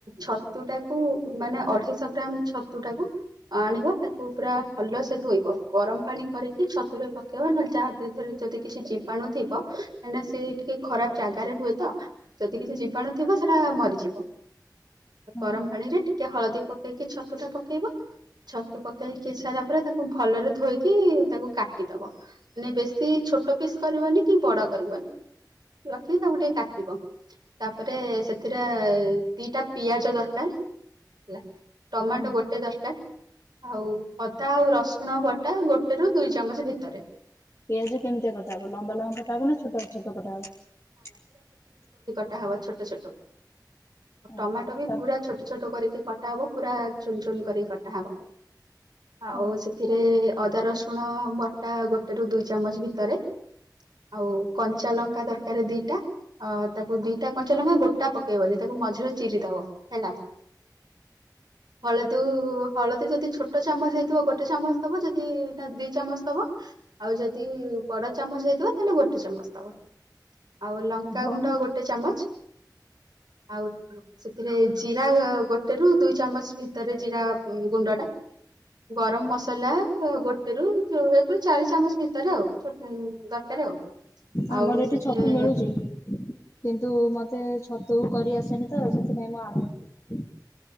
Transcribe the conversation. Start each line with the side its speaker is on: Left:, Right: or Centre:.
Right: ଛତୁଟା କୁ ମାନେ ଅଢେଇଶ ଗ୍ରାମ ଛତୁଟାକୁ ଆଣିବ ତାକୁ ପୁରା ଭଲ ସେ ଧୋଇବ ଗରମ ପାଣି କରିକି ଛତୁରେ ପକେଇବ ନହେଲେ ଯାହା ସେଥିରେ ଯଦି କିଛି ଜୀବାଣୁ ଥିବ କାଇଁନା ସେ ଟିକେ ଖରାପ ଜାଗାରେ ହୁଏ ତ ଯଦି କିଛି ଜୀ ବାଣୁ ଥିବ ସେଟା ମରିଯିବ।
Left: ହଁ
Right: ଗରମ ପାଣିରେ ଟିକେ ହଳଦୀ ପକେଇକି ଛ ତୁଟା ପକେଇବ ଛତୁ ପକେଇକି ସାରିଲା ପରେ ତାକୁ ଭଲରେ ଧୋଇକି ତାକୁ କାଟିଦବ ମାନେ ବେଶୀ ଛୋଟ ପିସ୍ କରିବନି କି ବଡ କରିବନି ରଖିକି ତାଙ୍କୁ ଟିକେ କାଟିବ। ତାପରେ ସେଥିରେ ଦିଟା ପିଆଜ ଦରକାର ହେଲା। <inaudible> ଟମାଟୋ
Left: ହୁଁ
Right: ଗୋଟେ ଦରକାର ଆଉ ଅଦା ଆଉ ରସୁଣ ବଟା ଗୋଟେରୁ ଦୁଇ ଚାମଚ ଭିତରେ
Left: ପିଆଜ କେମିତିଆ କଟା ହବ ଲମ୍ବା ଲମ୍ବା କଟା ହବ ନା ଛୋଟ ଛୋଟ କଟା ହବ? <inaudible>
Right: ଟାହବ ଛୋଟ ଛୋଟ।
Left: ହଁ
Right: ଟମାଟୋ ବି
Left: ତାପରେ
Right: ପୁରା ଛୋଟ ଛୋଟ କରିକି କଟା ହବ ପୁରା ଚୁନ ଚୁନ କରିକି କଟ୍ ଟାହବ ଆଉ
Left: ହଁ
Right: ସେଥିରେ ଅଦା ରସୁଣ ବଟା ଗୋଟେରୁ ଦୁଇ ଚାମଚ ଭିତରେ ଆଉ କଞ୍ଚା ଲଙ୍କା ଦରକାର ଦିଟା ଅଁ ତାକ୍ ଓ ଦିଟା କଞ୍ଚା ଲଙ୍କା ଗୋଟା ପକେଇବନି ତାକୁ ମଝିରେ ଚିରି ଦବ ହେଲା। <inaudible> ହଳଦୁ ହଳଦୀ ଯଦି ଛୋଟ ଚାମଚ ହେଇଥିବ ଗୋଟେ ଚାମଚ ଦବ ଯଦି ନା ଦି ଚାମଚ ଦବ ଆଉ ଯଦି ବଡ ଚାମଚ ହେଇଥିବ ତାହେଲେ ଗୋଟେ ଚାମଚ ଦବ। ଆଉ ଲଙ୍କାଗୁଣ୍ଡ
Left: ହଉ
Right: ଗୋଟ୍ ଚାମଚ ଆଉ ସେଥିରେ ଜିରା ଗୋଟେରୁ ଦୁଇ ଚାମଚ ଭିତରେ ଜିରା ଗୁଣ୍ଡ ଟା ଗରମ ମସଲା ଗୋଟେରୁ ଏକରୁ ଚାରି ଚାମଚ ଭିତରେ ଆଉ ଛୋଟ୍ ଦ ତରେ ଆଉ
Left: ଆମର
Right: ଆଉ
Left: ଏଠି
Right: ସେଥିରେ
Left: ଛତୁ ମିଳୁଛି କିନ୍ତୁ ମତେ ଛତୁ କରି ଆସେନି ତ ସେଥିପାଇଁ ମୁଁ ଆଣୁନଥିଲି।